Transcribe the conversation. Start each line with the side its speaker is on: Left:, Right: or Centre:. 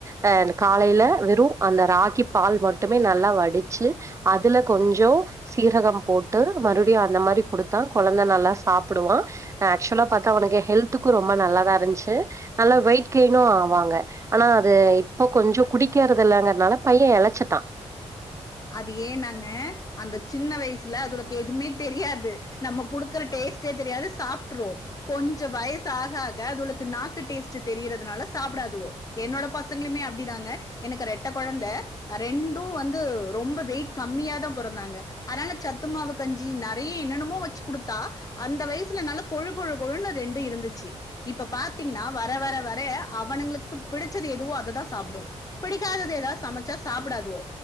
Right: ஆ அந்த காலைல வெறு அந்த ராகி பால் மட்டுமே நல்லா வடிச்சு அதுல கொஞ்சோ சீரகம் போட்டு மறுபடியு அந்த மாரி குடுத்தா கொழந்த நல்லா சாப்புடுவா ஆ ஆக்சுவலா பாத்தா அவனுக்கு ஹெல்த்துக்கு ரொம்ப நல்லாதா இருந்துச்சு நல்லா வெயிட் கெயினு ஆவாங்க ஆனா அது இப்ப கொஞ்சோ குடிக்கறது இல்லைங்கறனால பைய எளச்சுட்டா
Left: அது ஏன்னாங்க அந்த சின்ன வயசுல அதுகளுக்கு எதுமே தெரியாது நம்ம குடுக்குற டேஸ்ட்டே தெரியாது சாப்ட்ரு கொஞ்ச வயசு ஆக ஆக அதுகளுக்கு நாக்கு டேஸ்ட்டு தெரியறதுனால சாப்டாதுவோ என்னோட பசங்களுமே அப்டிதாங்க எனக்கு ரெட்ட கொழந்த ரெண்டு வந்து ரொம்ப வெயிட் கம்மியாதா பொறந்தாங்க அதனால சத்துமாவு கஞ்சி நெறைய என்னன்னமோ வச்சு குடுத்தா அந்த வயசுல அதனால கொழு கொழு கொழுன்னு ரெண்டு இருந்துச்சு இப்ப பாத்தீங்கன்னா வர வர வர அவனுங்களுக்கு பிடிச்சது எதுவோ அததா சாப்புடு பிடிக்காதது எதாவது சமைச்சா சாப்படாதுவோ